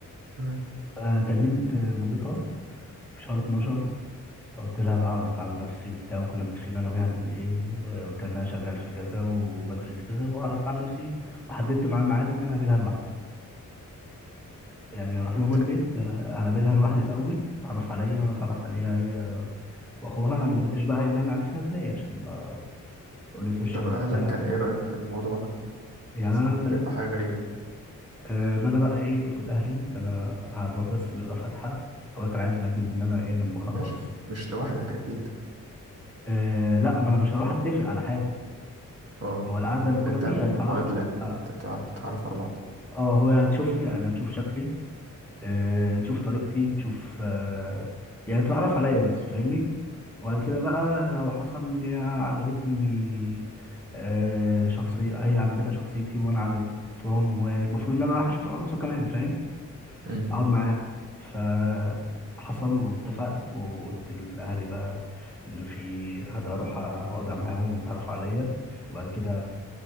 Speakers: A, on the right (about 50°); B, in the centre.
A: تمام
B: آه، كلمت آه، مامتها في شهر 12 فقلت لها بقى عرفت عن نفسي وبتاع وكنا متفقين انا وهي هنقول ايه وقلت لها ان انا شغال في كذا وبدرس كذا وعرفت عن نفسي وحددت معاها ميعاد ان انا اقابلها لوحدي يعني اروح لهم
A: ت-
B: البيت آه، اقابلها لوحدي الاول تعرف عليا وانا اتعرف عليها هي واخوها انا ما كنتش بقى قايل اللي انا عرفتها ازاي عشان ما تقول لي سوشيال
A: طب أهلك
B: وبتاع
A: كان
B: فما-
A: إيه رأيهم في الموضوع ده؟
B: يعني
A: صراحة
B: انا كلمت
A: شايفها حاجة غريبة
B: آه، ما انا بقى ايه قلت لاهلي ان انا هنروح بس نقرا فاتحه هو كان عايز نأجل ان انا ايه لما اخلص
A: ماشي مش لوحدك أكيد
B: آه لا ما انا مش هروح اتفق على حاجه
A: اه
B: هو القعده الاولى
A: أنت
B: دي هيتعرفوا
A: مقابلة اللي
B: آه،
A: أنت تعرف تعرف على بعض
B: اه هو هتشوفني يعني هتشوف شكلي آه تشوف طريقتي تشوف آه يعني تتعرف عليا بس فاهمني وبعد كده بقى لو حصل ان هي عجبتني آه شخصية هي عجبتها شخصيتي وانا عجبتهم والمفروض ان انا رايح اشوف العروسة كمان فاهم
A: اه
B: اقعد معاها فحصل واتفقت وقلت لاهلي بقى اللي في حد اروح اقعد معاهم ويتعرفوا عليا وبعد كده